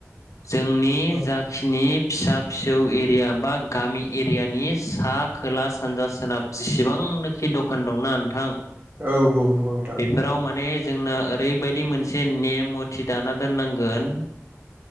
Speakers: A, on the left; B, on the right.
A: जोंनि
B: औ
A: जाखिनि फिसा फिसौ एरिया बा गामि एरियानि सा खोला सानजा सोनाब जेसिबां आंनोखि दखान दंना नोंथां
B: औ औ नोंथां।
A: बेफोराव माने जोंना ओरैबायदि मोनसे नेम मथि दाना दोननांगोन।